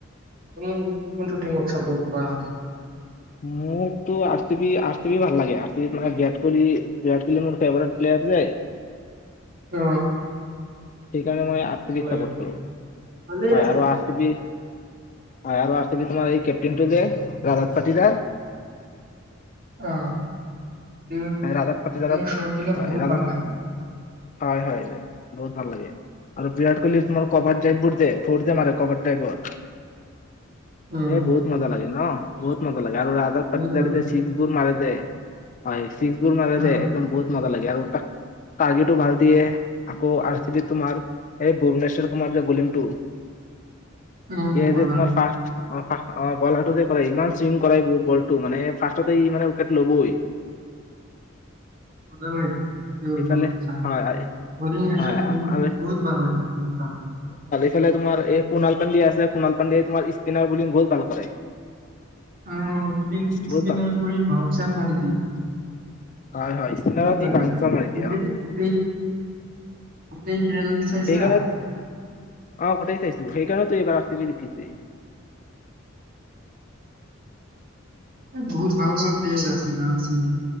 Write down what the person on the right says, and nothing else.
তুমি কোনটো টীমক সাপোৰ্ট কৰা
অ
ভাল
লাগে।
ভালেই
আছে।
অঁ তেওঁৰ তেওঁৰ
শতবিলাক
বহুত
ভাল লাগে
উম,
বহুত ভাল
লাগে।
উম,
উম,
বলা
মজা লাগে তেওঁৰবোৰ
চাই
বৰিং এ
শনবোৰ
বহুত ভাল লাগে মোৰ চাম
আহ স
স্পিনাৰ
কৰি ভাংচাৰ মাৰি দিম
বহুত ভাল
লাগে
গোটেই
গোটেই গোটেই খেল চাইছা?
বহুত ভাল ভাল প্লেয়াৰ আছিল আৰ চিবি